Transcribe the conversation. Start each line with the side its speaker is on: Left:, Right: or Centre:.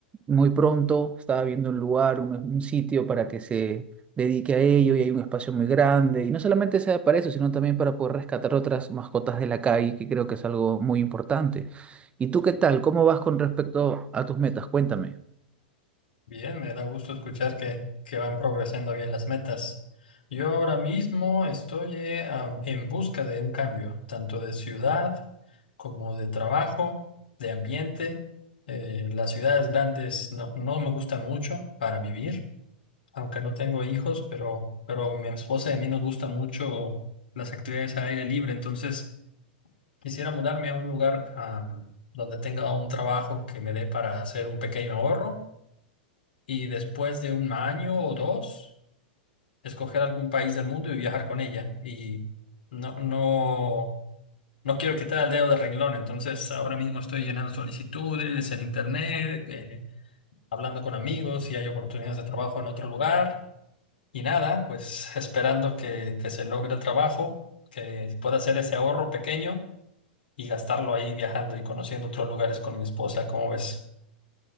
Right: muy pronto. Estaba viendo un lugar, un, un sitio para que se dedique a ello y hay un espacio muy grande. Y no solamente sea para eso, sino también para poder rescatar otras mascotas de la calle, que creo que es algo muy importante. ¿Y tú qué tal? ¿Cómo vas con respecto a tus metas? Cuéntame.
Left: Bien, me da gusto escuchar que, que van progresando bien las metas. Yo ahora mismo estoy eh, am, en busca de un cambio, tanto de ciudad como de trabajo, de ambiente. Eh, las ciudades grandes no, no me gustan mucho para vivir, aunque no tengo hijos, pero, pero a mi esposa y a mí nos gusta mucho las actividades al aire libre, entonces... Quisiera mudarme a un lugar am, donde tenga un trabajo que me dé para hacer un pequeño ahorro y después de un año o dos, escoger algún país del mundo y viajar con ella. Y no, no, no quiero quitar el dedo del renglón, entonces ahora mismo estoy llenando solicitudes en internet, eh, hablando con amigos si hay oportunidades de trabajo en otro lugar y nada, pues <laughs> esperando que, que se logre el trabajo, que pueda hacer ese ahorro pequeño y gastarlo ahí viajando y conociendo otros lugares con mi esposa. ¿Cómo ves?